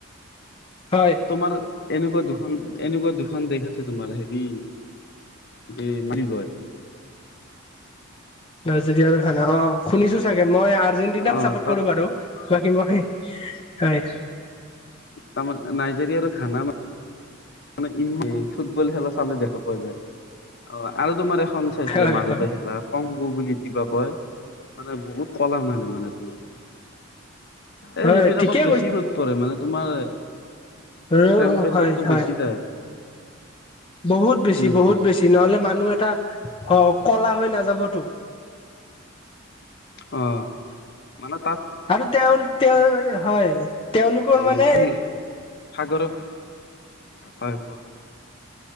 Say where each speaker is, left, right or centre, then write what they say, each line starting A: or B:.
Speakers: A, on the left; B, on the left.
A: হয়
B: তোমাৰ এনেকুৱা দুখন এনেকুৱা দুখন দেশ আছে। তোমাৰ হেৰি এই নিগৰ।
A: দজ খানা অ' শুনিছো চাগে মই আৰ্জেণ্টিনাক
B: অ
A: চাপৰ্ট
B: তাত
A: কৰো বাৰু বাকী মই। হয়।
B: তাৰমানে নাইজেৰিয়াৰো খানা মানে ইম্মে ফুটবল খেলা চালে দেখা পোৱা যায়। অ' আৰু তোমাৰ এখন চাইছিলোঁ
A: হয়
B: মাজতে
A: হয়
B: খেলা, কমগো বুলি কিবা কয় মানে বহুত কলা মানুহ মানে তোমাৰ। এ,
A: হয়
B: সেইবিলাকত
A: ঠিকে
B: বেছি ৰ'দ পৰে মানে তোমাৰ
A: হে,
B: টেম্পৰেচাৰটো
A: হয় হয়।
B: বেছি তাত
A: বহুত বেছি
B: তেনেকুৱা
A: বহুত বেছি, নহলে মানুহ এটা হওক কলা হৈ নাযাবতো।
B: অ' মানে তাত
A: আৰু তেওঁ তেওঁ হয়। তেওঁলোকৰ
B: এই
A: মানে
B: সি সাগৰত হয় হয়।